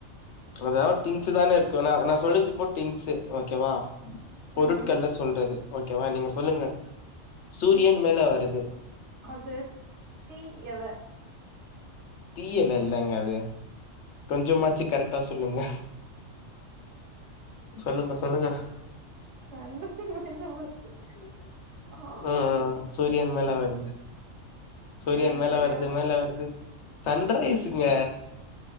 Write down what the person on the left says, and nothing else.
எதாயாவ் திங்ஸு தானே இருக்கு ந அத நா சொல்லி ருப்போ திங்ஸு ஓகேவா பொருட்கள்ளு
சொல்றது ஓகேவா நீங்க சொல்லுங்க சூரியன்
மேல வருது
தீ எல இல்லங்க அது கொஞ்சமாச்சி கரெட்டா சொல்லுங்க சொல்லுங்க
சொல்லுங்க
ம்
ம்
ம் சூரியன்
மேல வருது சூரியன்
மேல
வருது மேல வருது சன்ரைஸுங்க